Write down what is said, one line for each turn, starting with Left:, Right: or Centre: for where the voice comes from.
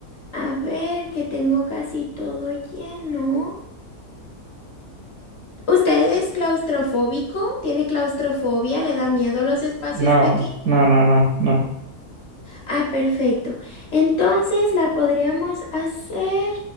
Left: a ver, que tengo casi todo lleno. ¿Usted es claustrofóbico? ¿Tiene claustrofobia? ¿Le da miedo los espacios
Right: No,
Left: pequeños?
Right: no, no, no, no.
Left: Ah, perfecto. Entonces la podríamos hacer